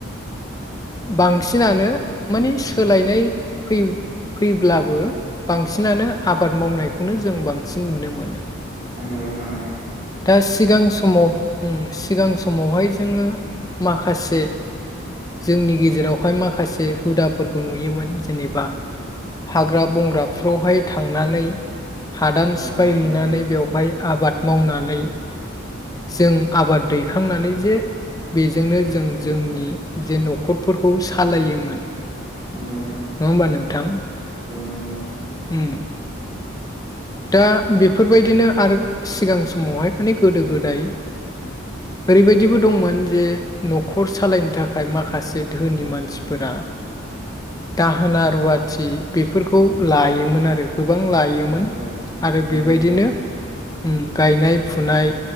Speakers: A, on the right; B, on the left.
A: <inaudible>
B: बांसिनानो मानि सोलायनाय फै-फैब्लाबो बांसिनानो आ बाद मावनायखौनो जों बांसिन नुनो मोनो।
A: नंगौ नंगौ नोंथां
B: दा सिगां समाव उम सिगां समावहाय जोङो माखासे जोंनि गेजेरावहाय माखासे बे हुदाफोरखौ नुयोमोन। जेनेबा हाग्रा बंग्राफ्रावहाय थांनानै हादान
A: नंगौ
B: सिफायहैैनानै
A: नंगौ नोंथां
B: बेवहाय आबाद मावनानै जों आबाद दैखांनानै जे बेजोंनो जों जोंनि जे न'खरफोरखौ सालायोमोन। नङा
A: नंगौ
B: होमबा नोंथां?
A: नंगौ नंगौ नोंथां
B: उम। दा बेफोरबायदिनो आरो सिगां समावहाय माने गोदो गोदाय ओरैबायदिबो दंमोन जे न'खर सालायनो थाखाय माखासे धोनि मानसिफोरा दाहोना रुवाथि बेफोरखौ लायोमोन आरो गोबां लायोमोन
A: नंगौ
B: आरो
A: नंगौ नोंथां
B: बेबायदिनो
A: नंगौ नोंथां नंगौ नोंथां
B: उम गायनाय फुनाय